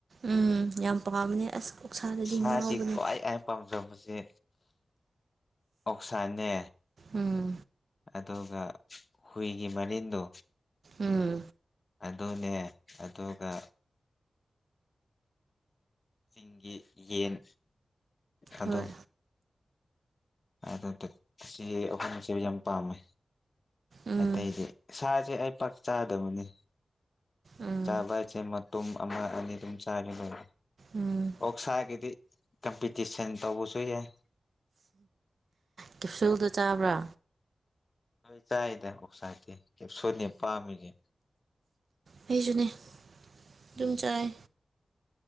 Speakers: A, on the right; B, on the left.
A: ꯎꯝ ꯌꯥꯝ ꯄꯥꯝꯕꯅꯦ ꯑꯁ ꯑꯣꯛꯁꯥꯗꯗꯤ
B: ꯏꯁꯗꯤ
A: ꯉꯥꯎꯕꯅꯦ
B: ꯈ꯭ꯋꯥꯏ ꯑꯩꯅ ꯄꯥꯝꯖꯕꯁꯤꯦ ꯑꯣꯛꯁꯥꯏꯅꯦ
A: ꯎꯝ
B: ꯑꯗꯨꯒ ꯍꯨꯏꯒꯤ ꯃꯔꯤꯟꯗꯣ
A: ꯎꯝ
B: ꯑꯗꯨꯅꯦ ꯑꯗꯨꯒ ꯁꯤꯡꯒꯤꯒꯤ ꯌꯦꯟ ꯑꯗꯣ
A: ꯍꯣꯏ
B: ꯑꯗꯨ ꯁꯤ ꯑꯩꯈꯣꯏꯅꯆꯦꯕ ꯌꯥꯝ ꯄꯥꯝꯃꯦ
A: ꯎꯝ
B: ꯑꯇꯩꯗꯤ ꯁꯥꯁꯦ ꯑꯩ ꯄꯥꯛ ꯆꯥꯗꯕꯅꯤ
A: ꯎꯝ
B: ꯆꯥꯕ ꯍꯥꯏꯁꯦ ꯃꯇꯨꯝ ꯑꯃ ꯑꯅꯤ ꯑꯗꯨꯝ ꯆꯥꯔ ꯂꯣꯏꯔꯦ
A: ꯎꯝ
B: ꯑꯣꯛꯁꯥꯒꯤꯗꯤ ꯀꯝꯄꯤꯇꯤꯁꯟ ꯇꯧꯕꯁꯨ ꯌꯥꯏ
A: ꯀꯦꯞꯁꯣꯜꯗꯣ ꯆꯥꯕ꯭ꯔꯥ
B: ꯍꯣꯏ ꯆꯥꯏꯗ ꯑꯣꯁꯥꯇꯦ ꯀ ꯁꯣꯏꯅꯦ ꯄꯥꯝꯃꯤꯁꯦ
A: ꯍꯖꯅꯤ ꯑꯗꯨꯝ
B: ꯎꯝ
A: ꯆꯥꯏ